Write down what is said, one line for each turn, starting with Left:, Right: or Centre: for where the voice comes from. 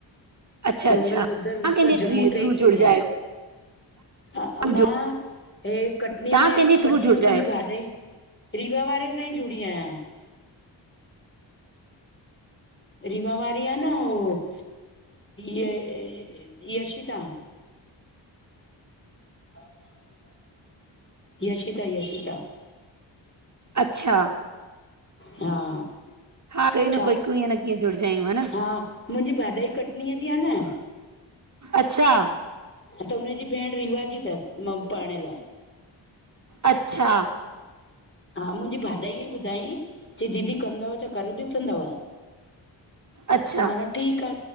Right: अच्छा अच्छा
Left: मंगल,
Right: तव्हां
Left: बुद्धर, विस्पति,
Right: कंहिंजे
Left: जुमो,
Right: थ्री
Left: ट्रे
Right: थ्रू
Left: ॾींहं
Right: जुड़जा
Left: थिया इनि।
Right: आहियो
Left: हा,
Right: तव्हां
Left: मां हे कटनीअ
Right: तव्हां
Left: में
Right: कंहिंजे
Left: कटनीअ
Right: थ्रू जुड़जा
Left: में मुंहिंजी
Right: आहियो
Left: भाॼाई रीवा वारे सांई जुड़ी आहियां। रीवा वारी आ न हो य यशिता। <inaudible> यशिता, यशिता।
Right: अच्छा।
Left: हा।
Right: हा, कई
Left: छा
Right: न कोई, कुईं न कीअं जुड़जा आहियूं ह न।
Left: हा मुंहिंजी भाॼाई, कटनीअ जी आ न
Right: अच्छा
Left: त हुनजी भेंण रीवा जी तसि मं पहिढ़ियल।
Right: अच्छा।
Left: हा मुंजी, भाॼाई ई ॿुधायंईं, चईं दीदी कंदव छा, करे ॾिसंदव
Right: अच्छा
Left: त म चयो ठीक आ,